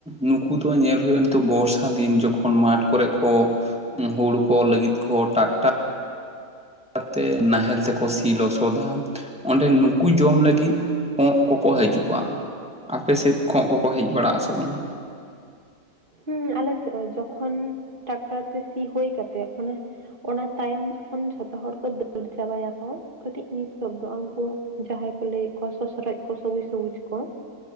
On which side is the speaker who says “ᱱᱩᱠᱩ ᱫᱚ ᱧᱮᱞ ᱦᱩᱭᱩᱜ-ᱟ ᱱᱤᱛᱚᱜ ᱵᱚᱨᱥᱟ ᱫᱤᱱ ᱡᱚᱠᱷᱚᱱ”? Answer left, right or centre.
Centre